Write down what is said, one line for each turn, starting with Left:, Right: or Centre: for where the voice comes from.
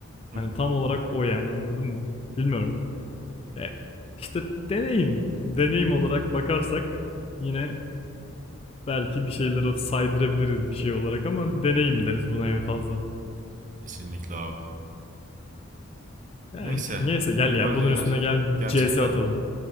Right: <laughs>
Left: Hani tam olarak o yani anladın mı? Bilmiyorum. E, işte deneyim. Deneyim olarak bakarsak yine belki bir şeyler saydırabiliriz bir şey olarak ama deneyim deriz buna en fazla.
Right: Kesinlikle abi.
Left: Yani
Right: Neyse.
Left: neyse gel
Right: Bu
Left: ya
Right: var
Left: bunun
Right: ya
Left: üstüne gel
Right: gerçekten
Left: CS atalım.